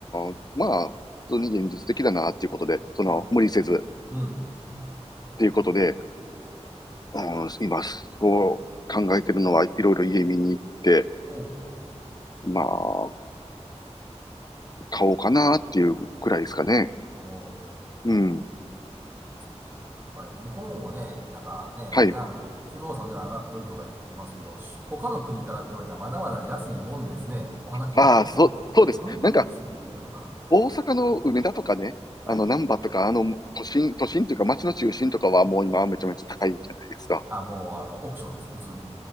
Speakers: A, on the left; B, on the right.
A: ーまあ、普通に現実的だなっていうことで、その、
B: うん。
A: 無理せずっ
B: うん。
A: ていうことで、うん、今、そう考えてるのはいろいろ家見に行って、
B: おう。
A: まあ、買おうかなっていうくらいですかね。
B: おう
A: うん。
B: そっか。やっぱり日本もね、なんかね、
A: はい。
B: 値段、不動産の値段上がっとるとか言ってますけど、し他の国から比べたらまだまだ安いもんですね。お話を伺いすると。
A: ああ、そ、
B: <laughs>
A: そうですね。
B: バンクーバーすごいな。
A: なんか、
B: <laughs>
A: 大阪の梅田とかね、
B: はい。
A: あの、難波とか、あの、都心、都心というか街の中心とかはもう今はめちゃめちゃ高いじゃないですか。
B: あ、もう、あの、オークションです、普通に。